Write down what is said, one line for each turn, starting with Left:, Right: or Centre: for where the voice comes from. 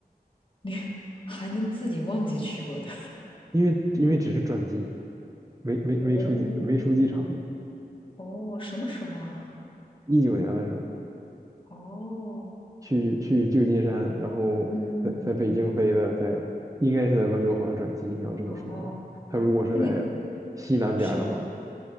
Left: 你 <laughs> 还能自己忘记去过的？
Right: 因为因为只是转机，没没没出机没出机场都，
Left: <laughs> 哦哦，什么时候啊？
Right: 一九年的时候。
Left: 哦，
Right: 去去旧金山，然后在在北京飞的，
Left: 嗯，
Right: 在应该是在温哥华转机。你要这么说的话，
Left: 哦，
Right: 他如果是在
Left: 那个嗯
Right: 西南边儿的话，
Left: 是